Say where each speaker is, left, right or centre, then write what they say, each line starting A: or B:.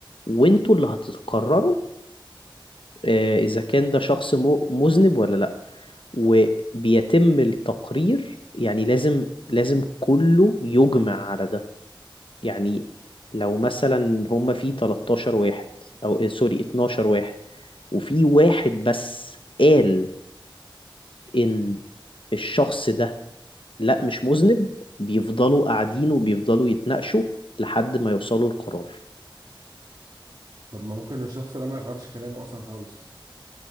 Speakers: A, on the left (about 75°); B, on the right (about 50°).
A: وأنتوا اللي هتقرروا آه، إذا كان ده شخص م- مذنب ولا لأ وبيتم التقرير يعني لازم لازم كله يجمع على ده يعني لو مثلا هما في 13 واحد او إيه، سوري 12 واحد وفي واحد بس قال ان الشخص ده لا مش مذنب بيفضلوا قاعدين وبيفضلوا يتناقشوا لحد ما يوصلوا لقرار
B: طب ما ممكن الشخص ده ما يغيرش كلامه اصلا خالص